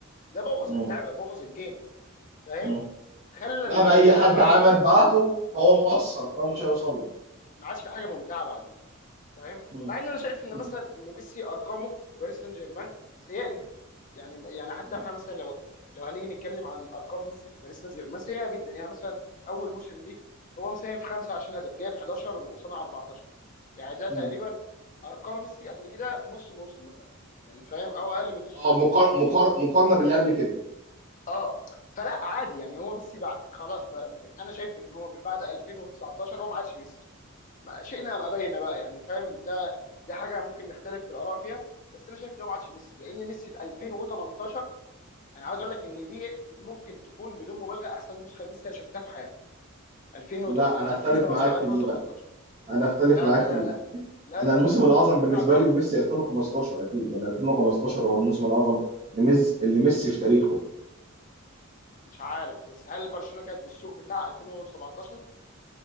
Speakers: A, on the left; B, on the right.
A: ده بوظ
B: مم.
A: اللعبه بوظ الجيم فاهم
B: مم.
A: خلى
B: مهما
A: الم-
B: اي
A: خلى
B: حد
A: ما عادش
B: عمل بعته هو مقصر او مش هيوصل له
A: ما عادش في حاجه ممتعه بعدين فاهم
B: مم.
A: مع ان انا شايف ان
B: مم.
A: مثلا ان ميسي ارقامه في باريس سان جيرمان سيئه جدا يعني يعني حتى
B: مم.
A: احنا مثلا لو لو هنيجي نتكلم عن ارقام ميسي في باريس سان جيرمان سيئه جدا يعني مثلا اول موسم ليه هو مساهم في 25 هدف جايب 11 وصنع 14 يعني ده
B: مم.
A: تقريبا ارقام ميسي قبل كده في نص موسم مثلا يعني فاهم او اقل من نص
B: اه
A: موسم
B: مقار... مقار... مقارنه باللي قبل كده
A: اه فلا عادي يعني هو ميسي بقى خلاص ف- انا شايف ان هو من بعد 2019 هو ما عادش ميسي ما شئنا ام ابينا بقى يعني فاهم ده دي حاجه ممكن نختلف في الاراء فيها بس انا شايف ان هو ما عادش ميسي لان ميسي في 2018 انا عاوز اقول لك ان دي ممكن تكون بدون مبالغه احسن نسخه لميسي انا شفتها في حياتي 2018
B: لا انا اختلف
A: 2017
B: معاك في
A: 2018
B: دي بقى انا اختلف
A: لا
B: معاك
A: لا
B: في
A: لا
B: دي
A: لا لا لا
B: انا
A: لا
B: الموسم
A: لا لا
B: الاعظم
A: كان
B: بالنسبه
A: بيلعب لوحده
B: لي لميسي 2015 اكيد يعني 2015 هو الموسم الاعظم لميز... لميسي في تاريخه
A: مش عارف بس هل برشلونه كانت بالسوق بتاع 2017